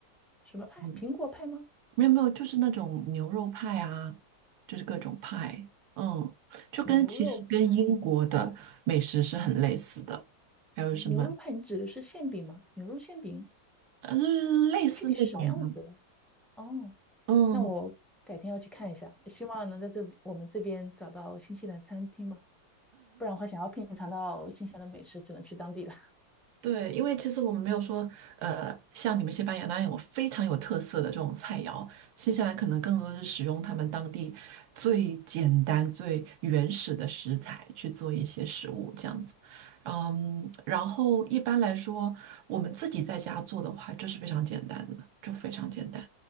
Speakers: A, in the centre; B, on the right.
A: 什么派？
B: 嗯。
A: 苹果派吗？
B: 没有没有，就是那种牛肉派啊，就是各种派，嗯，就跟其实跟英国的美食是很类似的，
A: 牛肉派？
B: 还有什么
A: 牛肉派？你指的是馅饼吗？牛肉馅饼
B: 呃类似那种的，
A: 具体是什么样子的？哦，
B: 嗯。
A: 那我改天要去看一下，希望能在这我们这边找到新西兰餐厅吧，不然的话想要品尝到新西兰的美食，只能去当地了。
B: 对，因为其实我们没有说，呃，像你们西班牙那样有非常有特色的这种菜肴，新西兰可能更多的是使用他们当地最简单、最原始的食材去做一些食物这样子。嗯，然后一般来说，我们自己在家做的话，就是非常简单的，就非常简单。